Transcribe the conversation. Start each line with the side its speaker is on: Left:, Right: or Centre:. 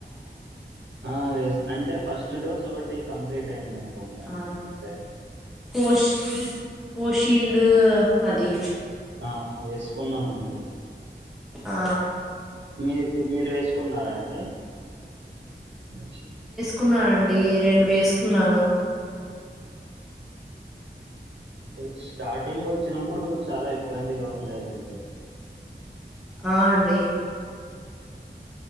Right: ఆ ఎస్ అంటే ఫస్ట్ డోస్ ఒక్కటి కంప్లీట్ అయిందని పొందండి
Centre: ఆ!
Right: ఇంతే
Centre: కోష్ కోషీల్డ్ అది
Right: ఆ ఏస్ కొన్నామండి
Centre: ఆ
Right: మీ మీరు వేసుకున్నారా నో సర్చ్
Centre: కున్నానండి రెండు వేసుకున్నాను
Right: అంటే స్టార్టింగ్ వచ్చినప్పుడు చాలా ఇబ్బందిగా ఉండేదండి
Centre: అ అండి